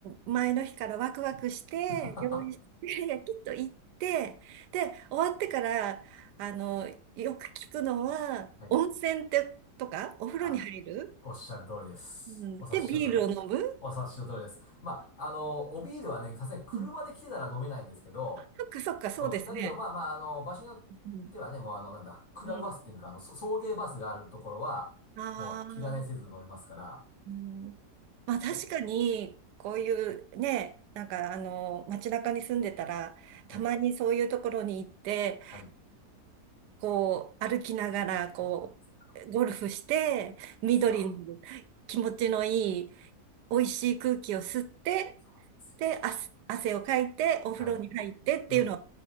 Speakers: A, on the right; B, on the left.
A: 前の日からワクワクして、
B: <laughs>
A: 用意して、<laughs> きっと行って、で、終わってから、あの、よく聞くのは、
B: はい。
A: 温泉って、とか、お風呂に入る、
B: あ、おっしゃる通りです。
A: うん、
B: お察しの通りです。
A: で、ビールを飲む。
B: お察しの通りです。まあ、あの、おビールはね、さすがに車で来てたら飲めないんですけど、
A: うん、そっかそっか、そうですね。
B: うん、だけど、まあまあ、あの、場所によってはね、
A: うん。
B: もうあの、なんだ、クラブバスっていうか、
A: うん。
B: あの、そ送迎バスがあるところは、
A: ああ、
B: もう気兼ねせず飲みますから、
A: うん。まあ確かに、
B: いや、
A: こういうね、なんかあの、街中に住んでたら、
B: はい、
A: たまにそういうところに行って、
B: はい、
A: こう、歩きながら、こ
B: そうなんですよ。
A: う、ゴルフして、緑の気持ちのいい、
B: ですよ
A: 美味しい空気を吸って、
B: そうなんですよ。
A: で、汗、汗をかいて、お風呂に入ってっていうのは、
B: はい。で、